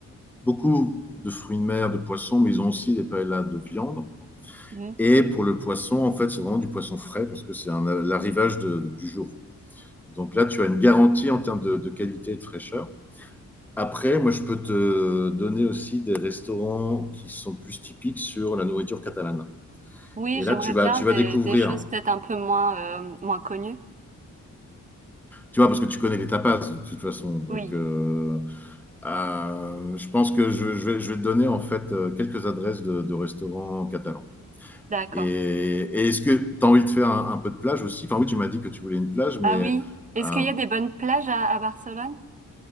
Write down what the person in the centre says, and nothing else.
beaucoup de fruits de mer, de poissons, mais ils ont aussi des paellas de viande.
Et pour le poisson, en fait, c'est vraiment du poisson frais parce que c'est l'arrivage du jour. Donc là, tu as une garantie en termes de, de, qualité et de fraîcheur. Après, moi, je peux te donner aussi des restaurants qui sont plus typiques sur la nourriture catalane.
Et là,
tu vas,
tu
vas découvrir.
Tu vois, parce que tu connais les tapas de toute façon. Donc,
euh, Euh, je pense que je, je vais, je vais te donner en fait euh, quelques adresses de, de restaurants catalans.
Et, et est-ce que tu as envie de faire un, un peu de plage aussi? Enfin oui, tu m'as dit que tu voulais une plage,
mais
euh,